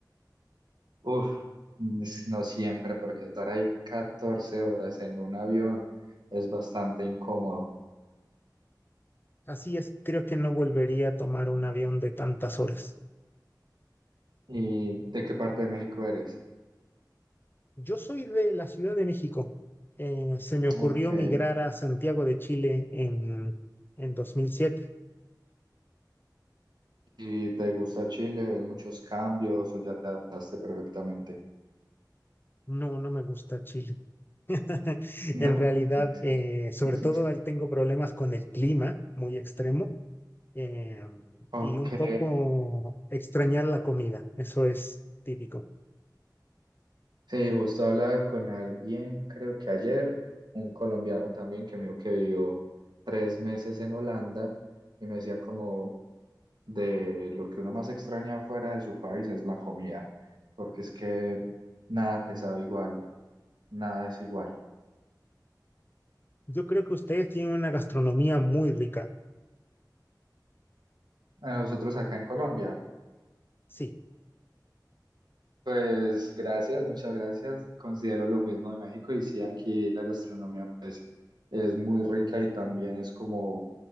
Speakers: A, on the right (about 75°); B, on the left (about 30°).
A: uf, es- no siempre, porque estar ahí 14 horas en un avión es bastante incómodo.
B: así es, creo que no volvería a tomar un avión de tantas horas.
A: ¿Y de qué parte de México eres?
B: Yo soy de la Ciudad de México. Eh, se me ocurrió
A: Ok.
B: migrar a Santiago de Chile en, en 2007.
A: ¿Y te gusta Chile? ¿Ves muchos cambios o ya te adaptaste perfectamente?
B: No, no me gusta Chile. <laughs>
A: No.
B: En realidad, eh, sobre
A: <laughs>
B: todo él tengo problemas con el clima muy extremo eh,
A: Ok.
B: y un poco extrañar la comida. Eso es típico.
A: Sí, justo hablaba con alguien, creo que ayer, un colombiano también que me dijo que vivió tres meses en Holanda y me decía como de lo que uno más extraña fuera de su país es la comida, porque es que nada te sabe igual, nada es igual.
B: Yo creo que ustedes tienen una gastronomía muy rica.
A: A nosotros acá en Colombia
B: Sí.
A: Pues gracias, muchas gracias. Considero lo mismo de México y sí, aquí la gastronomía pues es muy rica y también es como